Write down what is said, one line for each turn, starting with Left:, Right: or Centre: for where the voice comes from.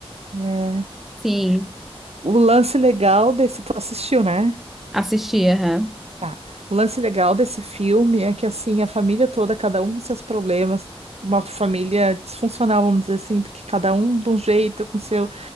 Right: é.
Centre: Sim,
Right: O lance legal desse. Tu assistiu, né?
Centre: assisti, aham.
Right: Tá. O lance legal desse filme é que, assim, a família toda, cada um com seus problemas, uma família disfuncional, vamos dizer assim, porque cada um de um jeito, com seu